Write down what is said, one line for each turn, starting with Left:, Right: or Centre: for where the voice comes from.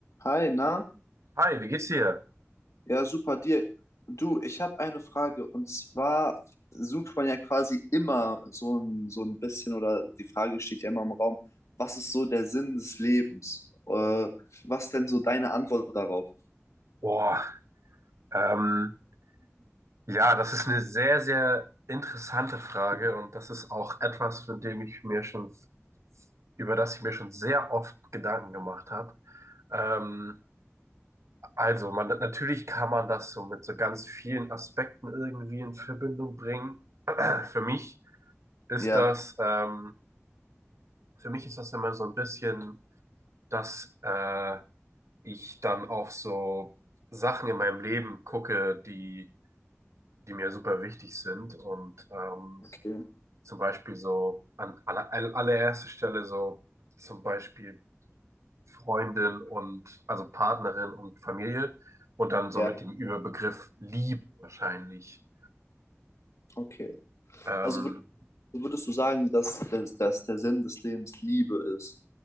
Left: Hi, na?
Right: Hi, wie geht's dir?
Left: Ja, super dir. Du, ich habe eine Frage und zwar sucht man ja quasi immer so ein, so ein bisschen oder die Frage steht ja immer im Raum, was ist so der Sinn des Lebens? Äh, was denn so deine Antwort darauf?
Right: Boah, ähm, ja, das ist eine sehr, sehr interessante Frage und das ist auch etwas, für dem ich mir schon, über das ich mir schon sehr oft Gedanken gemacht habe. Ähm, also, man, natürlich kann man das so mit so ganz vielen Aspekten irgendwie in Verbindung bringen. <clears throat> Für mich ist
Left: Ja,
Right: das, ähm, für mich ist das immer so ein bisschen, dass äh, ich dann auf so Sachen in meinem Leben gucke, die die mir super wichtig sind. Und ähm,
Left: okay.
Right: zum Beispiel so an aller, aller- allererster Stelle so zum Beispiel Freundin und also Partnerin und Familie und dann so
Left: Ja,
Right: mit dem Überbegriff Liebe wahrscheinlich.
Left: okay.
Right: Ähm,
Left: Also würd- würdest du sagen, dass, dass, dass der Sinn des Lebens Liebe ist?